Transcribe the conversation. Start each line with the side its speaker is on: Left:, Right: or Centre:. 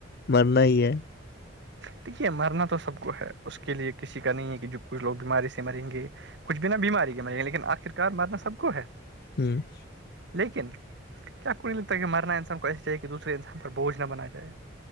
Left: مرنا ہی ہے
Right: تویک یہ مرنا تو سب کو ہے اس کے لیے کسی کا نہیں ہے کہ جو کچھ لوگ بیماری سے مریں گے کچھ بنا بیماری کے مر گ لیکن آخرکار مارنا سب کو ہے
Left: ہوں <unintelligible>
Right: لیکن کیا کڑی لگتا ہے مرنا انسان کو ایسی چاہیے کہ دوسرے انسان پر بوجھ نہ بنایا جائے